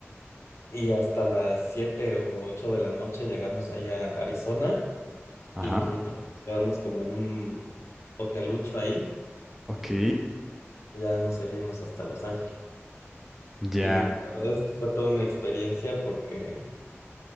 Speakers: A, on the left (about 75°); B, in the centre.
A: y hasta las 7 o 8 de la noche llegamos allá a Arizona
B: Ajá.
A: y literal nos quedamos como en un hotelucho ahí.
B: Ok.
A: Ya nos seguimos hasta Los Ángeles.
B: Ya.
A: Y la verdad es que fue toda una experiencia porque